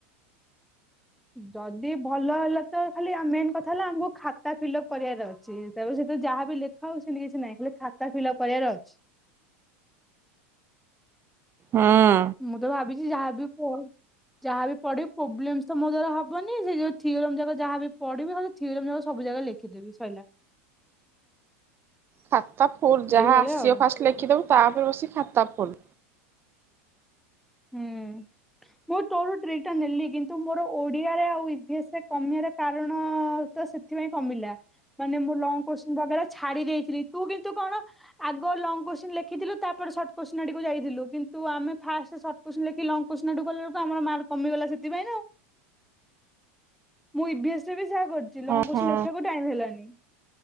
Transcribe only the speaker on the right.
ହୁଁ
ଖାତା ଫୁଲ୍ ଯାହା
ଆସିବ
ଫାଷ୍ଟ୍ ଲେଖିଦବୁ ତାପରେ ବସି ଖାତା ଫୁଲ୍।
ଓହୋ